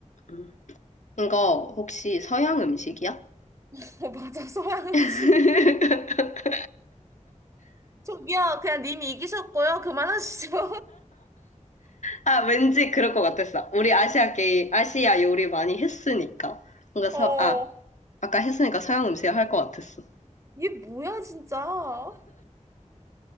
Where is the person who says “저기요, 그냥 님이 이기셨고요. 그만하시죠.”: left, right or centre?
Right